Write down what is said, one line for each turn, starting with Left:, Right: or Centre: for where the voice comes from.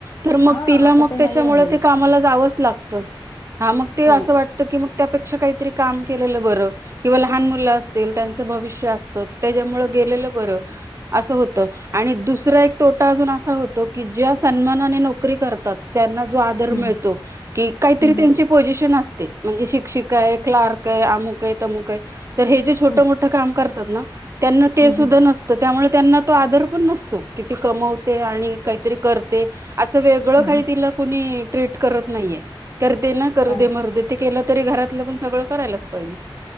Right: तर मग
Left: हा
Right: तिला
Left: आता
Right: मग
Left: ते
Right: त्याच्यामुळे
Left: नाही राहिलेलं
Right: ते कामाला जावंच लागत. हा मग ते
Left: हो
Right: असं वाटतं की मग त्यापेक्षा काही काम केलेलं बर किंवा लहान मुलं असतील त्यांच भविष्य अस त, त्याच्यामुळ गेलेलं बरं असं होतं, आणि दुसरा एक तोटा अजून असा होत तो की ज्या सन्मानाने नोकरी करतात त्यांना जो आदर
Left: हम्म
Right: मिळतो की काहीतरी
Left: हम्म हम्म
Right: त्यांचे पोझिशन असते म्हणजे शिक्षिका आहे क्लार्क काय अमुकय तमुक आहे, तर हे जे छोटं
Left: हम्म
Right: मोठं काम करतात ना? त्यांना ते
Left: हम्म
Right: सुद्धा नसतं त्यामुळे त्यांना तो आदर पण नसतो किती कमवते आणि काहीतरी करते. असं वेगळं
Left: हम्म
Right: काही
Left: हम्म
Right: तिला कुणी ट्रीट करत नाहीये करते ना करू
Left: अरे
Right: दे मरु दे ते केलं. तरी घरातलं पण सगळं करायलाच पाहिजे.